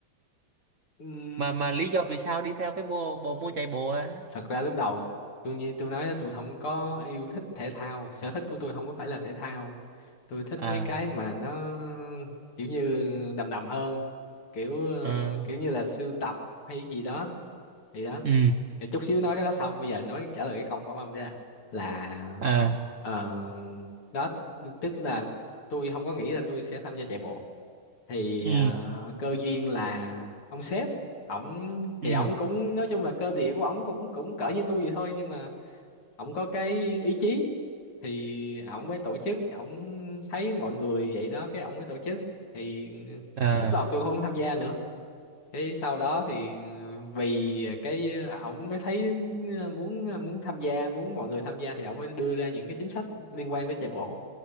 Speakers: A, on the left; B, on the right.
A: Ừm,
B: Mà mà lý do vì sao đi theo cái mô bộ môn chạy bộ á?
A: thật ra lúc đầu tôi như tôi nói đó, tôi không có yêu thích thể thao sở thích của tôi không có phải là thể thao tôi thích
B: À,
A: mấy cái mà nó kiểu như đầm đầm hơn kiểu ờ,
B: ờ,
A: kiểu như là sưu tập hay gì đó thì đó
B: ừ,
A: Để chút xíu nói cái đó sau bây giờ nói trả lời cái câu khẩu âm đấy là là
B: à,
A: ờ, đó tức là tôi không có nghĩ là tôi sẽ tham gia chạy bộ thì
B: ừ,
A: ờ, cơ duyên là ông sếp ổng thì
B: ừ,
A: ổng cũng nói chung là cơ địa của ổng cũng cũng cỡ như tôi vậy thôi nhưng mà ổng có cái ý chí thì ổng mới tổ chức ổng thấy mọi người vậy đó cái ổng mới tổ chức thì
B: à.
A: lúc đầu tôi không tham gia nữa Thế sau đó thì ừ, vì cái ờ, ổng mới thấy ờ, muốn ờ, muốn tham gia, muốn mọi người tham gia thì ổng mới đưa ra những cái chính sách liên quan tới chạy bộ.